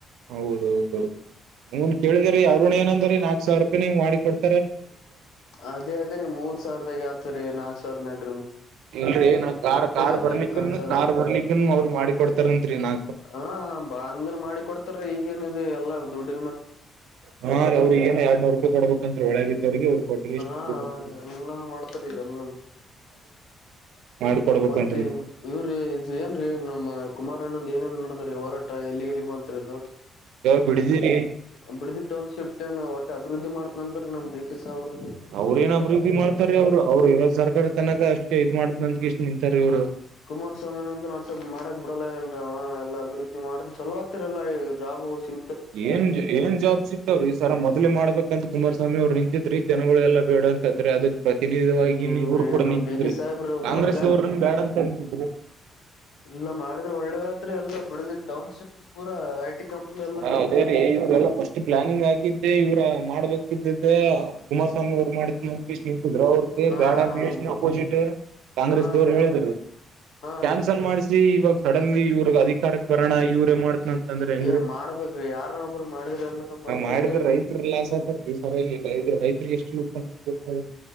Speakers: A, on the right (about 85°); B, on the left (about 75°).
A: ಹೌದೌದು, ಹನ್ ಕೇಳಿದ್ರೀ ಅವ್ರುನ ಏನಂದ್ರೀ ನಾಕ್ ಸಾವಿರ ರೂಪಾಯಿ ನಿಮಗಮಾಡಿ ಕೊಡ್ತೀ,
B: ಅದೇ ಅದೇ ರಿ ಮೂರ್ ಸಾವಿರದಾಗ ಆತರಿ ನಾಕ್ ಸಾವಿರನ ಆ
A: ಇಲ್ರರಿ ನಾ ಕಾರ್- ಕಾರ್
B: ಅಲ್ಲೇನ್
A: ಬರ್ಲಿಕನ್
B: ಖರ್ಚ ಅದ
A: ಕಾರ್ ಬರ್ಲಿಕನ್ ಅವರು ಮಾಡಿ ಕೊಡ್ತಾರಂತ್ರಿ. ನಾ
B: ಹಾ, ಬಾ ಹಂಗ ಮಾಡಿ ಕೊಡ್ತಾರ ಈಗೇಏನದು ಎಲ್ಲಾ ದುಡ್ಡ್
A: ಹಾ ರ ಅವ್ರಿಗೆ ಏನ್ ಎರಡ್ನೂರು ರೂಪಾಯಿ ಕೊಡ್ಬೇಕಂತ್ರೆ ಒಳಗಿದ್ದವ್ರಿಗೆ ಅವ್ರು ಕೋಟ್ಟಗೇಸಿಂದ
B: ಹಾ
A: ಮಾಡಿ ಕೊಡ್ತಾರಂತೆ.
B: ರೀ
A: -
B: ಎಲ್ಲಾನು ಮಾಡ್ತಾರ ಈಗೆಲ್ಲ.
A: ಮಾಡ್ಕೊಡ್ಬೇಕಂತ್ರಿ
B: ಮತ್ತೆ ಇವ್ರ ಇ ಏನ್ ರೀ ನಮ್ಮ ಕುಮಾರ ಅಣ್ಣಂದ ಏನೇನ್, ಹೊರಾಟ ಎಲ್ಲಿಗೆ ಎಲ್ಲಿಗ್ ಬಂತ್ರಿ ಅದು.
A: ಯಾವ ಬಿಡ್ದಿರಿ
B: ಬಿಡ್ದಿ ಟೌನ್ ಶಿಪ್ಟ ಒಟ್ಟ ಅಭಿವೃದ್ಧಿ ಮಾಡತೀನಿ ಅಂತರಿ ನಮ್ ಡಿ, ಕೆ ಸಾಬ್ರು
A: ಅವ್ರ ಏನ್ ಅಭಿವೃದ್ಧಿ ಮಾಡತಾರೆ. ಅವ್ರು ಅವರು ಇರೋ ಸರ್ಕಾರ ಇರತನಕ ಅಷ್ಟೇ ಇದ್ ಮಾಡ್ತನಂತ ಕೆಸಿಂದಇಷ್ಟ್ ನಿಂತಾರೆ ಇವ್ರ.
B: ಕುಮಾರಸ್ವಾಮಿನಂತನ ಮಾಡಕ್ ಬಿಡಲ್ಲಾಗ ನ್ರಿ ಅವಾ. ಎಲ್ಲಾ ಅಭಿವೃದ್ಧಿ ಮಾಡ್ದ ಚಲೋ ಆಕಗತಿರಿ ಎಲ್ಲ ಈಗ ಜಾಬ ಸಿ
A: ಏನ್ -ಏನ್ ಜಾಬ್ ಸಿಕ್ತಾವ್ರಿ ಸರ ಮೊದ್ಲೇ ಮಾಡ್ಬೇಕಂತ ಕುಮಾರಸ್ವಾಮಿ ಅವ್ರಿ ಜನಗಳೇಲ್ಲ ಬೇಡ ಅಂತದ್ರಿ ಅದಕ್, ಪ್ರತಿನಿಧವ
B: ಇಲ್ರಿ
A: ಇವ್ರು ಕೂಡ
B: ನಮ್
A: ನಿಂತಿದ್ರಿ
B: ಡಿ ಕೆ ಸಾಹೇಬ್ರು
A: ಕಾಂಗ್ರೆಸ್ವ್ರದನ್
B: ಬಾಳ್
A: ಬ್ಯಾಡ ಅಂತ ನಿಂತಿದ್ರಿ,
B: ಇಲ್ಲ ಮಾಡಿದ್ರೆ ಒಳ್ಳೇದಾತ್ರಿ ಎಲ್ಲಾ ಬಿಡದ್ರಿ ಟೌನ್ ಶಿಫ್ಟ್ ಪೂರ ಐ, ಟಿ ಕಂಪನಿ.
A: ಹ, ಅದೇ ರೀ ಇವ್ರೆಲ್ಲಾ ಫಸ್ಟ್ ಪ್ಲಾನಿಂಗ್ ಆಕಿದ್ದೆ ಇವ್ರ ಮಾಡ್ಬೇಕ ಕುಮಾರ್ ಸ್ವಾಮಿ ಸ್ವಾಮಿ ಅವ್ರು ಮಾಡ್ತೀ ನಂತಿದ್ರರು ಅವ್ರ
B: ಹಾ
A: ಬ್ಯಾಡಂತಗೆಸಿಂದ ಅಪೋಸಿಟ್, ಕಾಂಗ್ರೆಸ್
B: ಹಾ
A: ದವರು
B: ರೀ
A: ಹೇಳಿದರು
B: ಮತ್ ಹಾ
A: ಕ್ಯಾನ್ಸಲ್
B: ರೀ
A: ಮಾಡ್ಸಿ ಇವಾಗ ಸಡನ್ಲಿ ಇವ್ರಗ್ ಅಧಿಕಾರಕ್ಕೆ ಬರೋಣ. ಇವ್ರೇ ಮಾಡ್ತನ ಅಂತ ಅಂದ್ರೆ ಹೆಂಗ್ರೀ,
B: ಏ ಮಾಡ್ಬೇಕ್ರಿ ಯಾರನೊಬ್ರು ಮಾಡಿದ್ರ ಎಲ್ಲ ನಮ್ ಅಭಿವೃದ್ಧಿ
A: ಮಾಡಿದ್ರ
B: ಆತಲ್ರರಿ
A: ರೈತ್ರಗಿಲಾಸ್ ಆತದ ರಿ ಈ ಸರ್, ಎಷ್ಟುಪು <inaudible>